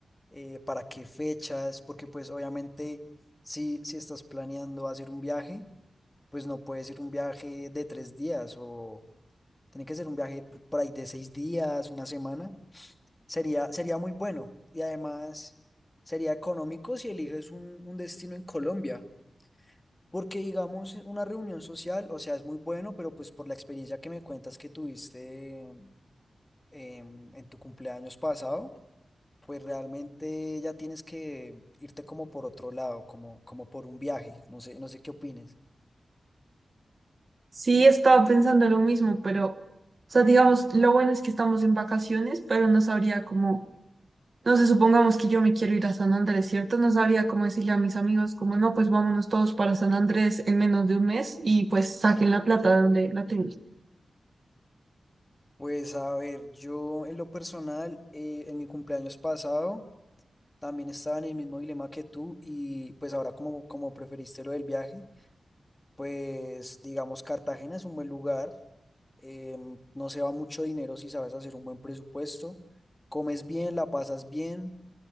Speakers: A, on the left (about 20°); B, on the right (about 50°).
A: eh, para qué fechas, porque pues obviamente si, si estás planeando hacer un viaje, pues no puede ser un viaje de tres días o tiene que ser un viaje por ahí de seis días, una semana. Sería, sería muy bueno y además sería económico si eliges un, un destino en Colombia. Porque digamos, una reunión social, o sea, es muy bueno, pero pues por la experiencia que me cuentas que tuviste em, en tu cumpleaños pasado, pues realmente ya tienes que irte como por otro lado, como, como por un viaje. No sé, no sé qué opines.
B: Sí, estaba pensando lo mismo, pero, o sea, digamos, lo bueno es que estamos en vacaciones, pero no sabría cómo, no sé, supongamos que yo me quiero ir a San Andrés, ¿cierto? No sabría cómo decirle a mis amigos, como, no, pues vámonos todos para San Andrés en menos de un mes y pues saquen la plata de donde la tengan.
A: Pues a ver, yo en lo personal, eh, en mi cumpleaños pasado también estaba en el mismo dilema que tú y pues ahora como, como preferiste lo del viaje, pues digamos Cartagena es un buen lugar, em, no se va mucho dinero si sabes hacer un buen presupuesto, comes bien, la pasas bien,